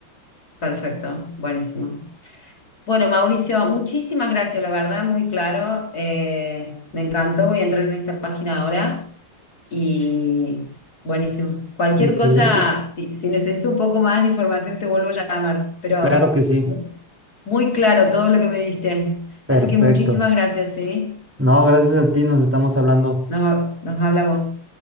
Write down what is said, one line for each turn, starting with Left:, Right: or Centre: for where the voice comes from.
Left: Perfecto, buenísimo. Bueno, Mauricio, muchísimas gracias, la verdad, muy claro. Eh, me encantó, voy a entrar en esta página ahora y buenísimo. Cualquier
Centre: Excelente.
Left: cosa, si, si necesito un poco más de información, te vuelvo a llamar, pero
Centre: Claro que sí.
Left: mu- muy claro todo lo que me diste.
Centre: Perfecto.
Left: Así que muchísimas gracias, ¿sí?
Centre: No, gracias a ti, nos estamos hablando.
Left: Nos, nos hablamos.